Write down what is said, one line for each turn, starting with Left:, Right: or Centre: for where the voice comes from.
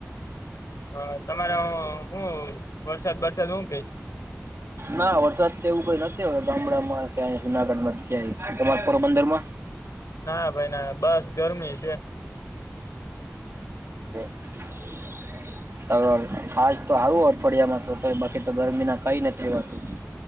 Left: હા તમારે હું વરસાદ બરસાદ હું કહીશ
Right: ના વરસાદ તે એવું કઈ નથી હોય ગામડા માં ક્યાં જુનાગઢમાં ક્યા તમા પોરબંદર માં
Left: ના ભાઈ ના બસ ગરમી છે
Right: <unintelligible> ચાલુ રાખો ખાસ તો હારું અઠવાડિયામાં તો બાકી તો ગરમી ના કઈ નથી રહેવાતું